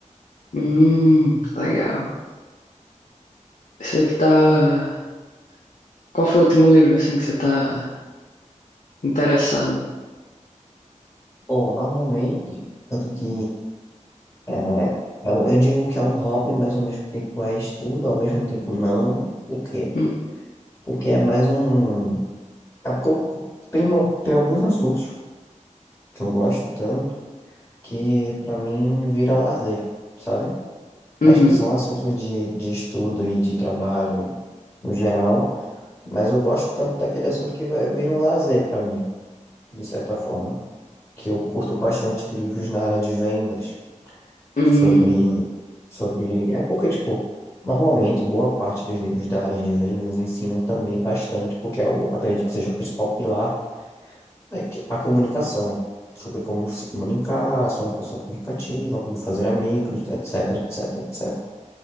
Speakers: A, on the left; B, on the left.
A: Hum, legal. Você tá. Qual foi o último livro, assim, que você tá interessado?
B: Bom, normalmente, tanto que é, eu, eu digo que é um hobby, mas ao mesmo tempo é estudo, ao mesmo tempo não. Por quê?
A: Hum,
B: Porque é mais um É porque eu- tem, uma- tem alguns assuntos que eu gosto tanto que pra mim vira lazer, sabe? Mas
A: uhum,
B: que são assuntos de, de estudo e de trabalho no geral. Mas eu gosto tanto daquele assunto que vai, vir um lazer pra mim, de certa forma. Que eu curto bastante livros na área de vendas
A: hum,
B: sobre, sobre... É porque, tipo, normalmente boa parte dos livros da área de vendas ensinam também bastante, porque eu acredito que seja o principal pilar É que a comunicação, sobre como se comunicar, ser uma pessoa comunicativa, como fazer amigos, etc, etc, etc.